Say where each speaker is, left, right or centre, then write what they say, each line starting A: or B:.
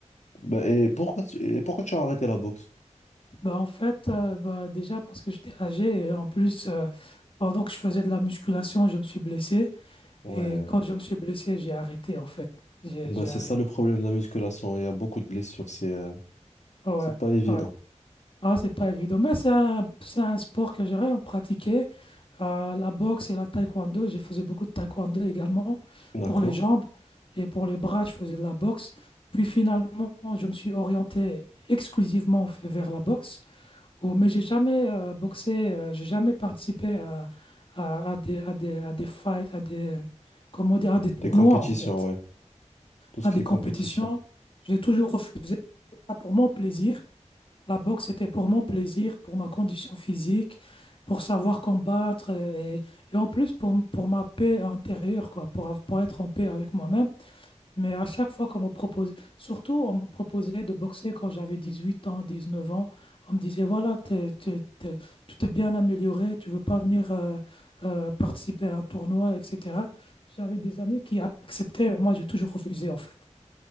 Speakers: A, on the left; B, on the left.
A: Bah, et pourquoi tu, et pourquoi tu as arrêté la boxe?
B: Bah en fait, euh, bah déjà parce que j'étais âgé et en plus, euh, pendant que je faisais de la musculation, je me suis blessé.
A: Ouais.
B: Et quand je me suis blessé, j'ai arrêté en fait. J'ai
A: Bah,
B: j'ai
A: c'est
B: arrêté.
A: ça le problème de la musculation. Il y a beaucoup de blessures. C'est euh,
B: Ouais,
A: c'est pas évident.
B: ouais. Ah, c'est pas évident. Mais c'est un, c'est un sport que j'aurais pratiqué. Euh, la boxe et la taekwondo. Je faisais beaucoup de taekwondo également
A: D'accord?
B: pour les jambes et pour les bras, je faisais de la boxe. Puis finalement, je me suis orienté exclusivement f- vers la boxe. Oh, mais j'ai jamais euh, boxé, euh, j'ai jamais participé à, à, à des, à des, à des fights, à des, comment dire, à des tournois
A: Des compétitions,
B: en fait,
A: ouais. Tout ce
B: à
A: qui
B: des
A: est
B: compétitions.
A: compétition.
B: J'ai toujours refusé ça pour mon plaisir. La boxe, c'était pour mon plaisir, pour ma condition physique, pour savoir combattre euh, et, et en plus pour, m- pour ma paix intérieure, quoi, pour, av- pour être en paix avec moi-même. Mais à chaque fois qu'on me proposait, surtout on me proposait de boxer quand j'avais 18 ans, 19 ans, on me disait, voilà, t'es, t'es- t'es- tu t'es bien amélioré, tu veux pas venir euh, euh, participer à un tournoi, etc. J'avais des amis qui acceptaient, mais moi j'ai toujours refusé en fait.